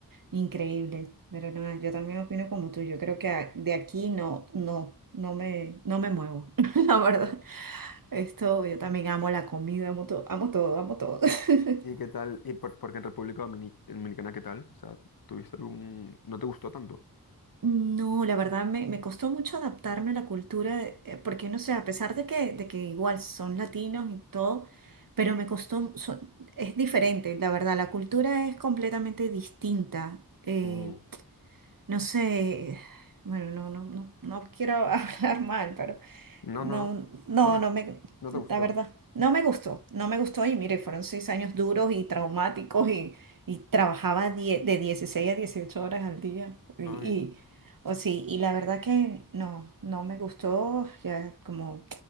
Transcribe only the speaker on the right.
increíble. Pero no, yo también opino como tú, yo creo que a- de aquí no, no, no me, no me muevo, <laughs> la verdad. Esto, yo también amo la comida, amo todo, amo todo, amo todo. <laughs>
No, la verdad me, me costó mucho adaptarme a la cultura, de- eh, porque no sé, a pesar de que, de que igual son latinos y todo, pero me costó, son- es diferente, la verdad, la cultura es completamente distinta. Eh,
no sé, bueno, no, no, no, no quiero <laughs> hablar mal,
No,
no,
no me,
la verdad, no me gustó, no me gustó y mire, fueron seis años duros y traumáticos y, y trabajaba die- de 16 a 18 horas al día. Y,
y- o sí, y la verdad que no, no me gustó, ya como